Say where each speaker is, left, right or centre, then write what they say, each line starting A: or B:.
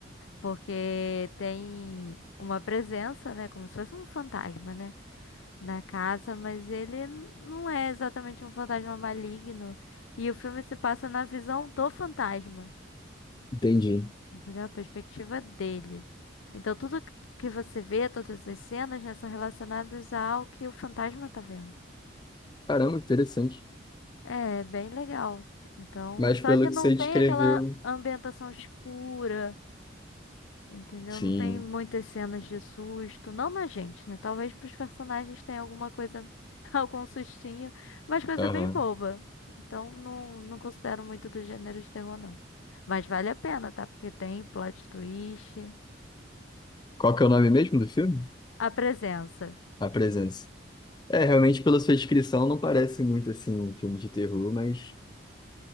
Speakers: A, on the left (about 85°); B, on the left (about 20°).
A: Porque tem uma presença, né? Como se fosse um fantasma, né? Na casa, mas ele n- não é exatamente um fantasma maligno. E o filme se passa na visão do fantasma,
B: entendi.
A: entendeu? A perspectiva dele. Então, tudo que que você vê, todas as cenas, né, são relacionadas ao que o fantasma tá vendo.
B: Caramba, interessante.
A: É, bem legal. Então,
B: Mas
A: só
B: pelo
A: que
B: que
A: não
B: você
A: tem
B: descreveu.
A: aquela ambientação escura. Entendeu?
B: Sim.
A: Não tem muitas cenas de susto, não na gente, né? Talvez pros personagens tenha alguma coisa, <laughs> algum sustinho, mas coisa
B: Aham.
A: bem boba. Então não, não considero muito do gênero de terror, não. Mas vale a pena, tá? Porque tem plot twist.
B: Qual que é o nome mesmo do filme?
A: A presença.
B: A Presença. É, realmente, pela sua descrição, não parece muito assim um filme de terror, mas